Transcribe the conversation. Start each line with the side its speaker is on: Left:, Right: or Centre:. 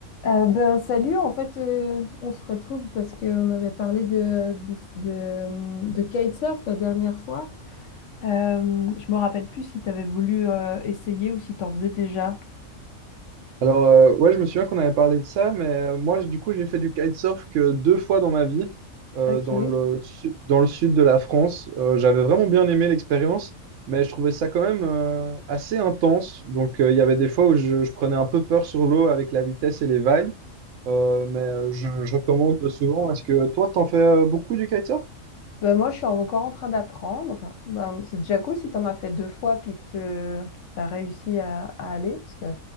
Left: Euh, ben salut, en fait euh, on se retrouve parce qu'on avait parlé de, de, de, de kitesurf la dernière fois. Euh, je me rappelle plus si tu avais voulu euh, essayer ou si tu en faisais déjà.
Right: Alors, euh, ouais, je me souviens qu'on avait parlé de ça, mais euh, moi, j- du coup, j'ai fait du kitesurf que deux fois dans ma vie, euh,
Left: Ok.
Right: dans le, su- dans le sud de la France. Euh, j'avais vraiment bien aimé l'expérience, mais je trouvais ça quand même euh, assez intense. Donc, euh, il y avait des fois où je, je prenais un peu peur sur l'eau avec la vitesse et les vagues, Euh, mais euh, je, je recommande souvent. Est-ce que toi, t'en fais euh, beaucoup du kitesurf?
Left: Ben moi je suis encore en train d'apprendre. Ben, c'est déjà cool si tu en as fait deux fois puis que tu as réussi à, à aller parce que